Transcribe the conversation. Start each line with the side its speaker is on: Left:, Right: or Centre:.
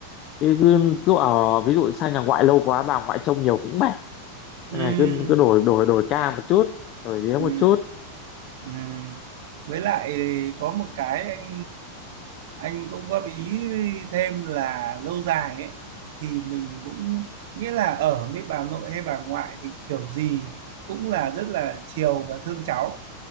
Left: chứ cứ, cứ ở ví dụ sang nhà ngoại lâu quá bà ngoại trông nhiều cũng mệt.
Right: ừ,
Left: Nên là cứ cứ đổi đổi đổi ca một chút, đổi vía
Right: ừ,
Left: một chút.
Right: ừ. với lại có một cái anh anh cũng góp ý thêm là lâu dài ấy thì mình cũng nghĩa là ở với bà nội hay bà ngoại thì kiểu gì cũng là rất là chiều và thương cháu